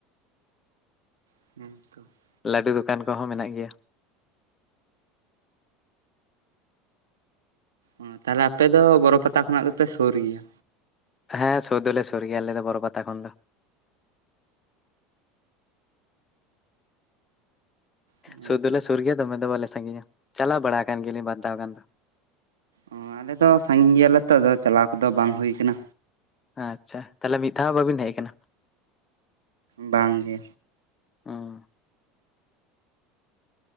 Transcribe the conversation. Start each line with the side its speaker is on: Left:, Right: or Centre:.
Right: <unintelligible>
Left: ᱞᱟᱹᱰᱩ ᱫᱚᱠᱟᱱ ᱠᱚᱦᱚᱸ ᱢᱮᱱᱟᱜ ᱜᱮᱭᱟ᱾
Right: ᱚᱸ ᱛᱟᱦᱚᱞᱮ ᱟᱯᱮ ᱫᱚ ᱵᱚᱨᱚ ᱯᱟᱛᱟ ᱠᱷᱚᱱᱟᱜ ᱫᱚᱯᱮ ᱥᱩᱨ ᱜᱮᱭᱟ?
Left: ᱦᱮᱸ ᱥᱩᱨ ᱫᱚᱞᱮ ᱥᱩᱨ ᱜᱮᱭᱟ ᱟᱞᱮ ᱫᱚ ᱵᱚᱨᱚ ᱯᱟᱟᱛᱟ ᱠᱷᱚᱱ ᱫᱚ᱾
Right: ᱦᱮᱸ
Left: ᱥᱩᱨ ᱫᱚᱞᱮ
Right: ᱛᱚ
Left: ᱥᱩᱨ ᱜᱮᱭᱟ ᱫᱚᱢᱮ ᱫᱚ ᱵᱟᱞᱮ ᱥᱟᱸᱜᱤᱧᱟ᱾ ᱪᱟᱞᱟᱣ ᱵᱟᱲᱟ ᱟᱠᱟᱱ ᱜᱮᱭᱟ ᱞᱤᱧ ᱵᱟᱨ ᱫᱷᱟᱣ ᱜᱟᱱ ᱫᱚ᱾
Right: ᱚᱸᱻ ᱟᱞᱮ ᱫᱚ ᱥᱟᱸᱜᱤᱧ ᱜᱮᱭᱟᱞᱮ ᱛᱚ ᱟᱫᱚ ᱪᱟᱞᱟᱣ ᱠᱚᱫᱚ ᱵᱟᱝ ᱦᱩᱭ ᱟᱠᱟᱱᱟ᱾
Left: ᱟᱪᱪᱷᱟ ᱛᱟᱦᱚᱞᱮ ᱢᱤᱫ ᱫᱷᱟᱣ ᱦᱚᱸ ᱵᱟᱹᱵᱤᱱ ᱦᱮᱡ ᱠᱟᱱᱟ?
Right: ᱵᱟᱝ ᱜᱮ᱾
Left: ᱦᱩᱸ